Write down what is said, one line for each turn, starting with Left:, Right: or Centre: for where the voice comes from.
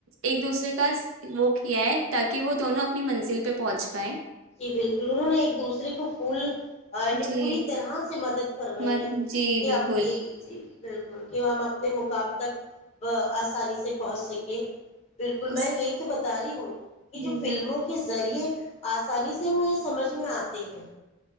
Right: ایک دوسرے کا وہ کیا ہے تاکہ وہ دونوں اپنی منزل پہ پہنچ پائے
Left: جی بالکل انہوں نے ایک دوسرے کو فول نے
Right: جی
Left: پوری طرح سے مدد فرمائی
Right: من
Left: ہے
Right: جی
Left: کہ
Right: بالکل
Left: ہم ایک جی بالکل کہ ہم اپنے مقام تک آسانی سے پہنچ سکیں بالکل
Right: اس
Left: میں یہ تو بتا رہی ہوں کہ
Right: ہ
Left: جو فلموں کے ذریعے آ <unintelligible> آسانی سے ہمیں سمجھ میں آتے ہیں